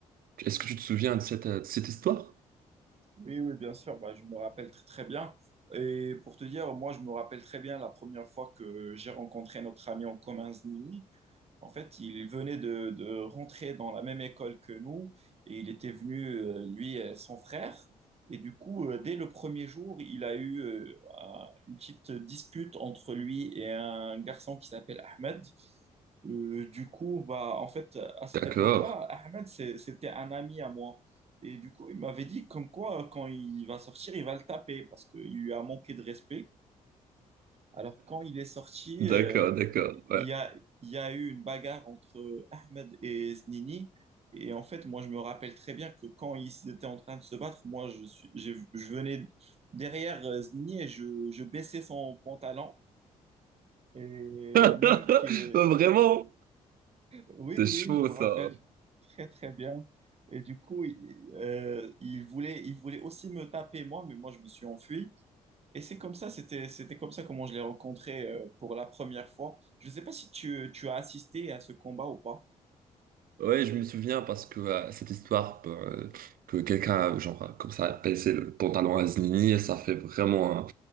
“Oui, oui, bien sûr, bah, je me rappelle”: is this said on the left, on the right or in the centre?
Right